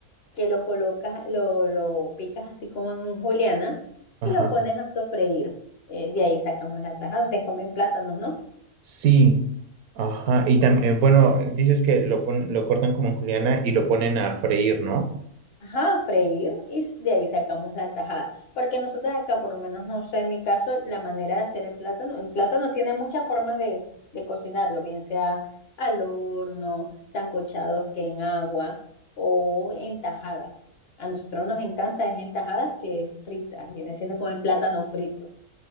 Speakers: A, on the left; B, on the right.
A: que lo colocas, lo, lo picas así como en juliana
B: Ajá,
A: y lo pones a sofreír. Eh, de ahí sacamos la tajada. Ustedes comen plátanos, ¿no?
B: sí, ajá, y también, bueno, dices que lo, pon- lo cortan como en juliana y lo ponen a freír, ¿no?
A: Ajá, freír y s- de ahí sacamos la tajada. Porque nosotros acá, por lo menos, no sé, en mi caso, la manera de hacer el plátano, el plátano tiene muchas formas de, de cocinarlo, bien sea al horno, sancochados que en agua o en tajadas. A nosotros nos encanta es en tajadas que fritas, viene siendo como el plátano frito,